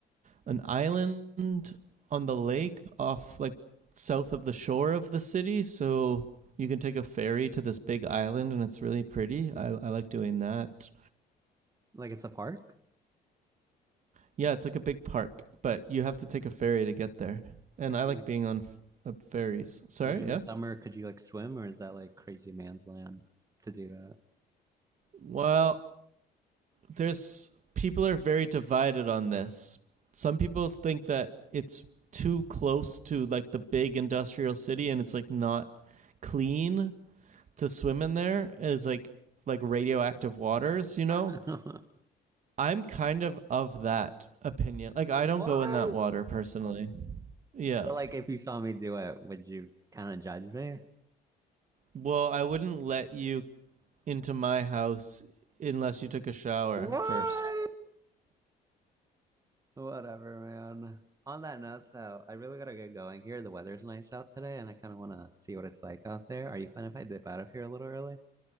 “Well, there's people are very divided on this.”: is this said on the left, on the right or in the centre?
Right